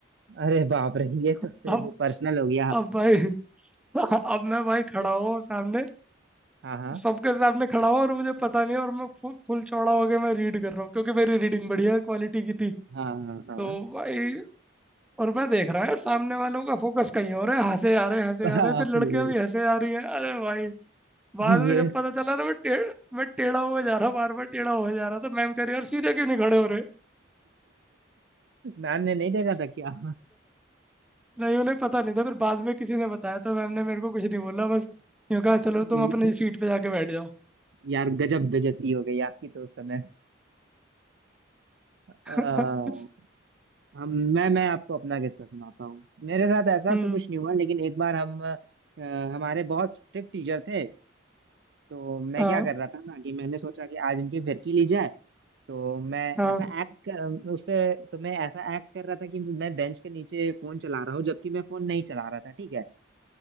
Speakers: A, on the right; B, in the centre.
A: अरे बाप रे
B: <laughs>
A: ये तो फिर
B: अब
A: पर्सनल हो गया
B: अब भाई <laughs> अब मैं भाई खड़ा हूँ सामने
A: हाँ हाँ
B: सबके सामने खड़ा हूँ और मुझे पता नहीं है और मैं फुल फुल चौड़ा होके मैं रीड कर रहा हूँ क्योंकि मेरी रीडिंग बढ़िया क्वालिटी की थी
A: हाँ हाँ
B: तो
A: हाँ
B: भाई और मैं देख रहा है सामने वालों का फोकस कहीं और है हंसे आ रहे हंसे
A: बाप
B: आ रहे फिर लड़कियां
A: रे
B: भी हंसे आ रही हैं अरे भाई बाद
A: ये
B: में जब पता चला ना मैं टेढ़ मैं टेढ़ा हुआ जा रहा बार बार टेढ़ा हुआ जा रहा था मैम कह रही है, और सीधे क्यों नहीं खड़े हो
A: मैम ने नहीं देखा था क्या
B: रहे नहीं उन्हें पता नहीं था फिर बाद में किसी ने बताया था मैम ने मेरे को कुछ नहीं बोला बस यूँ कहा चलो
A: ये-
B: तुम अपनी सीट पे जाके बैठ जाओ
A: यार गजब बेइज्जती हो गई आपकी तो उस समय आ,
B: <laughs>
A: हम मैं मैं आपको अपना किस्सा सुनाता हूँ मेरे साथ ऐसा
B: हम्म
A: तो कुछ नहीं हुआ लेकिन एक बार हम अ, हमारे बहुत स्ट्रिक्ट टीचर थे तो मैं
B: हाँ
A: क्या कर रहा था ना कि मैंने सोचा कि आज इनकी फिरकी ली जाए तो मैं
B: हाँ
A: ऐसा एक्ट कर उससे तो मैं ऐसा एक्ट कर रहा था कि मैं बेंच के नीचे फोन चला रहा हूँ जबकि मैं फोन नहीं चला रहा था ठीक है